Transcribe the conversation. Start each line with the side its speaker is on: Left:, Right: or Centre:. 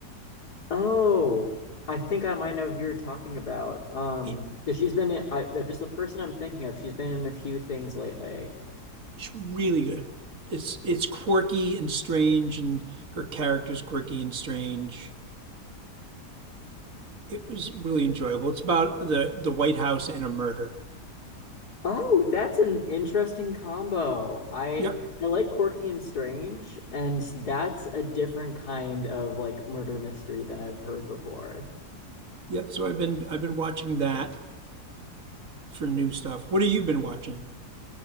Left: Oh, I think I might know who you're talking about. Um,
Right: It,
Left: 'cause she's been in, I, if it's the person I'm thinking of, she's been in a few things lately.
Right: It's really good. It's it's quirky and strange, and her character's quirky and strange. It was really enjoyable. It's about the the White House and a murder.
Left: Oh, that's an interesting combo. I
Right: Yep,
Left: I like quirky and strange, and that's a different kind of like murder mystery than I've heard before.
Right: yep. So I've been I've been watching that for new stuff. What have you been watching?